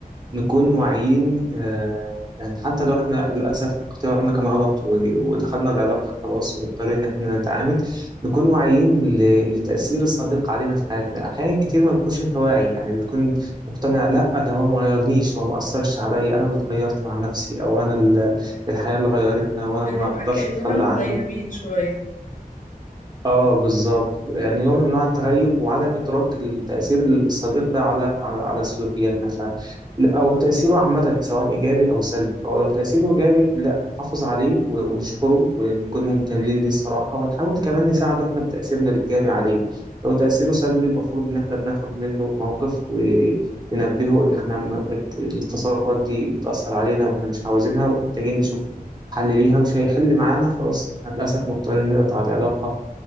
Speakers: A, on the right; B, on the left.
A: نكون واعيين آه، يعني حتى لو إحنا للأسف اختيارنا كان غلط و- ودخلنا العلاقة خلاص ومضطرين إن إحنا نتعامل نكون واعيين ل- لتأثير الصديق علينا في حياتنا أحيانا كتير ما بتكونش أنت واعي يعني بتكون مقتنع لأ ده هو ما غيرنيش هو ما أثرش عليا أنا اللي اتغيرت مع نفسي أو أنا ال- الحياة اللي غيرتنا وأنا
B: بنبقى
A: ما أقدرش
B: كأننا
A: أتخلى
B: مغيبين
A: عنه
B: شوية
A: اه بالظبط يعني نوع من انواع التغيب وعدم ادراك التاثير الصديق ده على على على سلوكياتنا ف لا او تاثيره عامه سواء ايجابي او سلبي فهو لو تاثيره ايجابي لا نحافظ عليه و- ونشكره ونكون ممتنين ليه الصراحه ونحاول كمان نساعده احنا بتاثيرنا الايجابي عليه لو تاثيره سلبي المفروض ان احنا بناخد منه موقف وننبهه ان احنا م- بت- التصرفات دي بتاثر علينا واحنا مش عاوزينها ومحتاجين نشوف حل ليها مش هيحل معانا خلاص للاسف مضطرين نقطع العلاقه